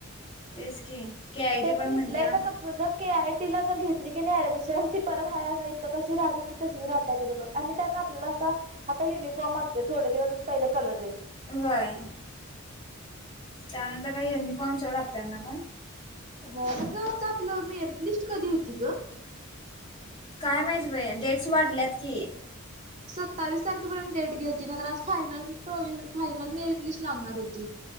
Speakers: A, on the left; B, on the right.
A: तेच की के आय
B: ते
A: टी पण
B: इथल्या
A: म्हणत्या
B: इथं क जर के आय टी ला जर घेतली की नाही ऍडमिशन ती परत हाय इथ कशी राहत तच राहत्यकानी बघ आणि त्यात आपल्याला असा आता युनिफॉर्म असते थोडे दिवसच पहिले कलर ड्रेस
A: होय त्यानंतर काय युनिफॉर्म सोड आपल्याना पण
B: होग ते आपलं मेरिट लिस्ट कधी होती ग?
A: काय माहिती बाई डेटस वाढल्यात की.
B: सत्तावीस तारखेपर्यंत डेट गेलती ना तर आज फायनल, फायनल मेरिट लिस्ट लागणार होती.